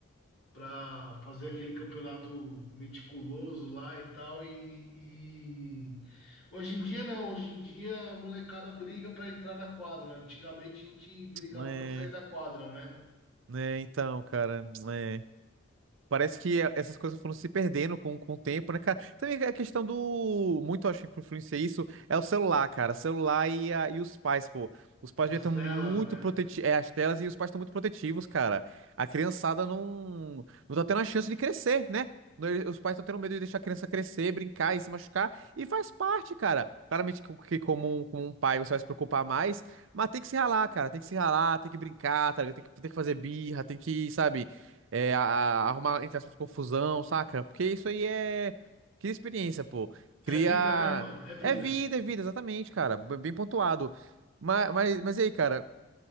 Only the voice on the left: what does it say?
para fazer aquele campeonato meticuloso lá e tal, e, e- Hoje em dia não, hoje em dia a molecada briga para entrar na quadra. Antigamente a gente brigava
para sair da quadra, né?
As
telas,
né?
É
vida, né, mano? É vida.